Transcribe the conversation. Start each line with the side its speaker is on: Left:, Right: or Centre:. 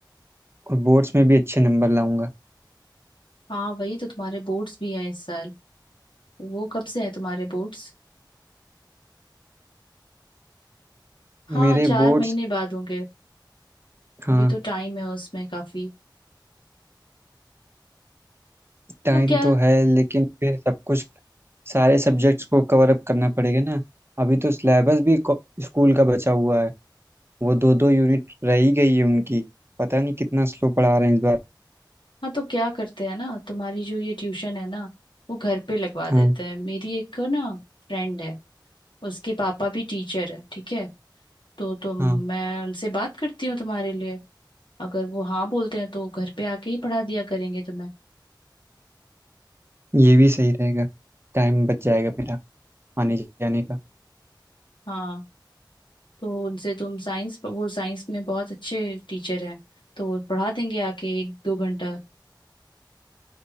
Right: और बोर्ड्स में भी अच्छे नंबर लाऊंगा
Left: हाँ वही तो तुम्हारे बोर्ड्स भी हैं इस साल वो कब से हैं तुम्हारे बोर्ड्स हाँ
Right: मेरे
Left: चार
Right: बोर्ड्स
Left: महीने बाद होंगे
Right: हाँ
Left: अभी तो टाइम है उसमें काफी
Right: टाइम
Left: तो क्या
Right: तो है लेकिन फिर सब कुछ सारे सब्जेक्ट्स को कवर अप करना पड़ेगा ना अभी तो सिलेबस भी को- स्कूल का बचा हुआ है वो दो दो यूनिट रह ही गई है उनकी पता नहीं कितना स्लो पढ़ा रहे हैं इस बार
Left: हाँ तो क्या करते हैं ना तुम्हारी जो ये ट्यूशन है ना वो घर पे लगवा देते
Right: हाँ
Left: हैं मेरी एक ना फ्रेंड है उसके पापा भी टीचर है ठीक है तो तुम
Right: हाँ
Left: मैं उनसे बात करती हूँ तुम्हारे लिए अगर वो हाँ बोलते हैं तो घर पे आके ही पढ़ा दिया करेंगे तुम्हें
Right: ये भी सही रहेगा टाइम बच जाएगा मेरा आने जाने का
Left: हाँ तो उनसे तुम साइंस वो साइंस में बहुत अच्छे टीचर हैं तो वो पढ़ा देंगे आके एक दो घंटा